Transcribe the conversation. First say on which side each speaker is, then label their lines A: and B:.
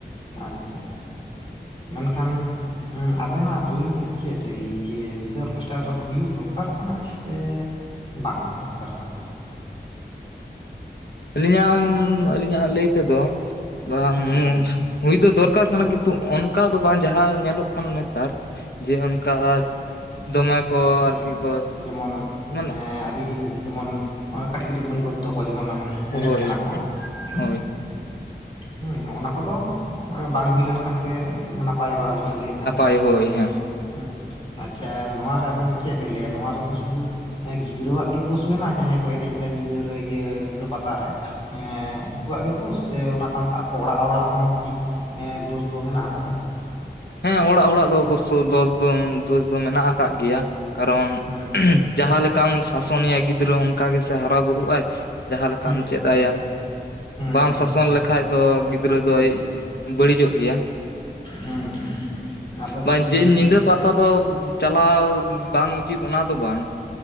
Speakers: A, on the left; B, on the left.
A: ᱟᱪᱪᱷᱟ ᱟᱪᱪᱷᱟ ᱢᱮᱱᱠᱷᱟᱱ ᱚᱸ ᱟᱵᱮᱱᱟᱜ ᱞᱟᱹᱭᱛᱮ ᱪᱮᱫ ᱞᱟᱹᱭ ᱡᱮ ᱧᱤᱫᱟᱹ ᱚᱨᱜᱮᱥᱴᱟᱨ ᱦᱩᱭᱩᱜ ᱫᱚᱨᱠᱟᱨ ᱠᱟᱱᱟ ᱥᱮ ᱵᱟᱝ ᱠᱚ ᱫᱚᱨᱠᱟᱨ ᱠᱟᱱᱟ
B: ᱟᱹᱞᱤᱧᱟᱜ <unintelligible> ᱟᱹᱞᱤᱧᱟᱜ ᱞᱟᱹᱭ ᱛᱮᱫᱚ ᱵᱟᱝ
A: ᱦᱮᱸ
B: ᱦᱩᱭ ᱫᱚ ᱫᱚᱨᱠᱟᱨ ᱠᱟᱱᱟ ᱠᱤᱱᱛᱩ ᱚᱱᱠᱟ ᱫᱚ ᱵᱟᱝ ᱡᱟᱦᱟᱸ ᱧᱮᱞᱚᱜ ᱠᱟᱱ ᱱᱮᱛᱟᱨ ᱡᱮ ᱚᱱᱠᱟ ᱫᱚᱢᱮ ᱠᱚ
A: ᱦᱩᱸ
B: ᱟᱨᱠᱤ ᱠᱚ
A: ᱡᱮᱢᱚᱱ
B: ᱢᱟᱱᱮ
A: ᱮᱸ ᱟᱹᱞᱤᱧ ᱞᱤᱧ ᱞᱟᱹᱭᱫᱟ ᱡᱮᱢᱚᱱ ᱠᱟᱹᱴᱤᱡ ᱠᱟᱹᱴᱤᱡ ᱢᱟᱹᱭ ᱵᱟᱹᱵᱩ ᱛᱟᱠᱚ ᱡᱮᱢᱚᱱ ᱮᱱᱮᱡ
B: ᱦᱳᱭ
A: ᱠᱟᱱᱟ ᱠᱚ ᱦᱩᱸ
B: ᱦᱳᱭ
A: ᱦᱮᱸ ᱚᱱᱟ ᱠᱚᱫᱚ ᱵᱟᱝ ᱦᱩᱭ ᱞᱮᱱᱠᱷᱟᱱ ᱜᱮ ᱱᱟᱯᱟᱭᱚᱜᱼᱟ ᱟᱹᱞᱤᱧᱟᱜ ᱞᱟᱹᱭ ᱛᱮᱦᱚᱸ
B: ᱦᱳᱭ ᱦᱳᱭ ᱦᱮᱸ
A: ᱦᱩᱸ ᱟᱪᱪᱷᱟ ᱱᱚᱣᱟ ᱨᱮ ᱟᱵᱮᱱ ᱪᱮᱜ ᱵᱮᱱ ᱞᱟᱹᱭᱟ ᱱᱚᱣᱟ ᱨᱮᱫᱚ ᱥᱩᱫᱷᱩ ᱮᱸ ᱜᱤᱫᱽᱨᱟᱹᱣᱟᱜ ᱜᱮ ᱫᱳᱥ ᱢᱮᱱᱟᱜᱼᱟ ᱡᱟᱦᱟᱸᱭ ᱠᱚ ᱮᱱᱮᱡ ᱫᱟ ᱧᱤᱫᱟᱹᱨᱮ ᱤᱭᱟᱹ ᱧᱤᱫᱟᱹ ᱯᱟᱛᱟᱨᱮ? ᱮᱸ ᱩᱝᱠᱩᱣᱟᱜ ᱜᱮ ᱛᱚ ᱥᱮ ᱚᱱᱟ ᱥᱟᱶᱛᱮ ᱟᱠᱚ ᱚᱲᱟᱜ ᱚᱲᱟᱜ ᱦᱚᱸ ᱠᱟᱹᱴᱤᱡ ᱮᱸ ᱫᱳᱥ ᱫᱚ ᱢᱮᱱᱟᱜ ᱟᱠᱟᱫᱟ᱾
B: ᱦᱮᱸ ᱚᱲᱟᱜ ᱦᱚᱲᱟᱜ ᱫᱚ ᱚᱵᱚᱥᱥᱳ ᱫᱚᱥ ᱫᱚ ᱫᱳᱥ ᱫᱚ ᱢᱮᱱᱟᱜ ᱟᱠᱟᱜ ᱜᱮᱭᱟ᱾ ᱠᱟᱨᱚᱱ
A: ᱦᱮᱸ
B: ᱡᱟᱦᱟᱸ ᱞᱮᱠᱟᱢ ᱥᱟᱥᱚᱱᱮᱭᱟ ᱜᱤᱫᱽᱨᱟᱹ ᱚᱝᱠᱟ ᱜᱮᱥᱮ ᱦᱟᱨᱟ ᱵᱩᱨᱩᱜ ᱟᱭ᱾ ᱡᱟᱦᱟᱸ ᱞᱮᱠᱟᱢ
A: ᱦᱮᱸ ᱦᱮᱸ
B: ᱪᱮᱫ ᱟᱭᱟ
A: ᱦᱮᱸ
B: ᱵᱟᱢ
A: ᱦᱮᱸ
B: ᱥᱟᱥᱚᱱ
A: ᱦᱮᱸ
B: ᱞᱮᱠᱷᱟᱡ ᱫᱚ ᱜᱤᱫᱽᱨᱟᱹ ᱫᱚᱭ
A: ᱦᱮᱸ
B: ᱵᱟᱹᱲᱤᱡᱚᱜ ᱜᱮᱭᱟ
A: ᱦᱮᱸ ᱟᱫᱚ
B: ᱵᱟᱝ
A: ᱡᱩᱫᱤ
B: ᱡᱮ ᱧᱤᱫᱟᱹ ᱯᱟᱛᱟ ᱛᱟ ᱫᱚ ᱪᱟᱞᱟᱣ ᱵᱟᱝ ᱩᱪᱤᱛ ᱚᱱᱟ ᱫᱚ ᱵᱟᱝ᱾